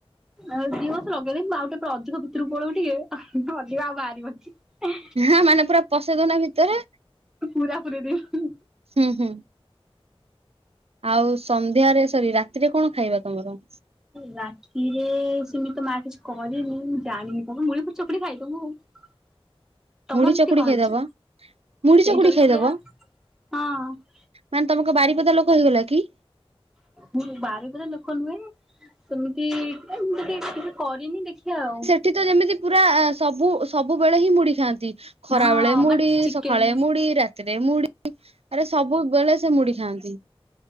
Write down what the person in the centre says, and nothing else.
ଆଉ ଦି ମାସ ଲଗେଇଦେବି ଆଉ ଟିକେ ପରେ ଅଧିକ ଭିତରୁକୁ ପଳେଇବ ଟିକେ ଅଧିକ ଆଉ ବାହାରିବନି। ହଁ।
ପୁରା ପୁରେଇ ଦେବି।
ରାତିରେ ସେମିତି ତ ମା କିଛି କଲେନି ମୁଁ ଜାଣିନି କଣ ମୁଢି ଫୁଢି ଚକୁଡି ଖାଇଦବୁ ଆଉ। <unintelligible> ତମର
ଏମତି
କଣ
ହେଇଛି
ସେଇ
ଜଳଖିଆ
ଫଳଖିଆ ହଁ।
ମୁଁ ବାରିପଦା ଲୋକ ନୁହେଁ ସେମିତି ଏମତି ଟିକେ ଖାଇଦବୁ। କରିନି ଦେଖିବା ଆଉ।
ହଁ
ମାନେ ଚିକେନ